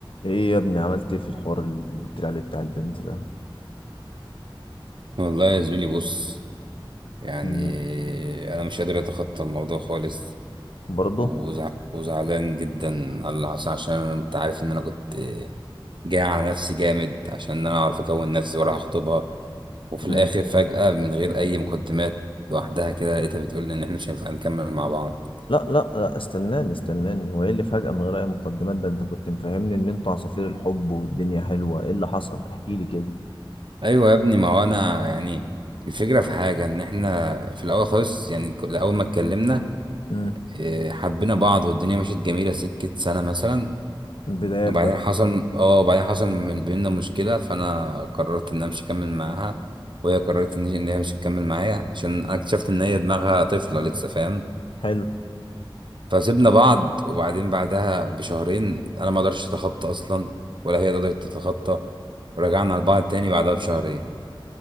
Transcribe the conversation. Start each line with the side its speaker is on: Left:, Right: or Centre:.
Left: ايه يا ابني عملت ايه في الحوار اللي قلت لي عليه بتاع البنت ده
Right: والله يا زميلي بص يعني
Left: مم.
Right: انا مش قادر اتخطى الموضوع خالص
Left: برضه
Right: وزع... وزعلان جدا على اللي حصل عشان انت عارف ان انا كنت جاي على نفسي جامد عشان انا اعرف اكون نفسي ولا هخطبها وفي الاخر
Left: مم.
Right: فجأة من غير اي مقدمات لوحدها كده لقيتها بتقول لي ان احنا مش هينفع نكمل مع بعض
Left: لا لا لا استناني استناني هو ايه اللي فجأة من غير اي مقدمات ده انت كنت مفهمني ان انتوا عصافير الحب والدنيا حلوة ايه اللي حصل احكي لي كده
Right: ايوه يا ابني ما هو انا يعني الفكرة في حاجة ان احنا في الاول خالص يعني ك- اول ما اتكلمنا
Left: مم.
Right: إيه، حبينا بعض والدنيا مشيت جميلة سكة سنة مثلا
Left: البدايات
Right: وبعدين
Left: بقى
Right: حصل اه وبعدين حصل من بيننا مشكلة فأنا قررت إن أنا مش هكمل معاها وهي قررت إن إن هي مش هتكمل معايا عشان أنا اكتشفت إن هي دماغها طفلة لسه فاهم
Left: حلو
Right: فسيبنا بعض وبعدين بعدها بشهرين أنا ما قدرتش أتخطى أصلا ولا هي قدرت تتخطى ورجعنا لبعض تاني بعدها بشهرين